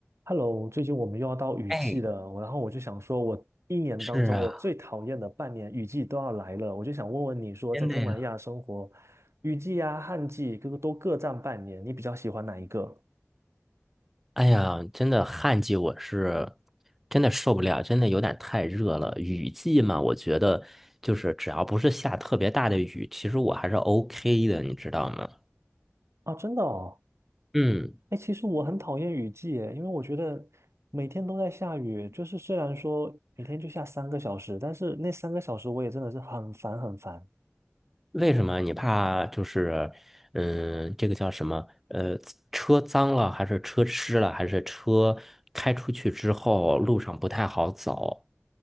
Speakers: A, on the right; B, in the centre.
A: Hello，最近我们又要到雨季了，
B: 哎，
A: 我然后我就想说，我一年当中我最讨厌的半年雨季都要来了，
B: 是啊，
A: 我就想问问你说，
B: 真的呀，
A: 在东南亚生活，雨季啊、旱季各个都各占半年，你比较喜欢哪一个？
B: 哎呀，真的旱季我是真的受不了，真的有点太热了。雨季嘛，我觉得就是只要不是下特别大的雨，其实我还是 OK 的，你知道吗？
A: 啊，真的哦，
B: 嗯，
A: 哎，其实我很讨厌雨季耶，因为我觉得每天都在下雨，就是虽然说每天就下三个小时，但是那三个小时我也真的是很烦很烦。
B: 为什么你怕就是嗯，这个叫什么？呃，车脏了，还是车湿了，还是车开出去之后路上不太好走？